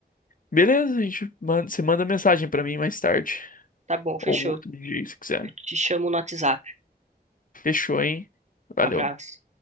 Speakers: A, on the left (about 55°); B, on the right (about 45°).
A: Beleza, a gente manda, você manda mensagem pra mim mais tarde.
B: Tá bom, fechou.
A: Ou outro dia, se quiser.
B: Eu te chamo no WhatsApp.
A: Fechou, hein? Valeu.
B: Abraço.